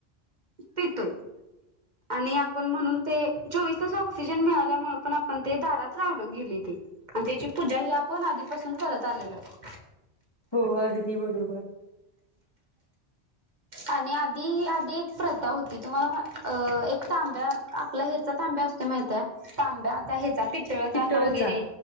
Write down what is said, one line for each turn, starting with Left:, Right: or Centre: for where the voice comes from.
Right: पितोय. आणि आपण म्हणून ते चोवीस तासा ऑक्सिजन मिळाल्यामुळे पण आपण ते दारात लावलं गेलंय ते आणि त्याची पूजा ही आपण आधीपासून करत आलेलो आहे.
Left: हो अगदी बरोबर.
Right: आणि आधी आधी एक प्रथा होती तुम्हाला मा अ एक तांब्या आपला ह्याचा तांब्या असतोय माहितये तांब्या आता हे चापीत अ
Left: पितळचा
Right: चाच्चा वगैरे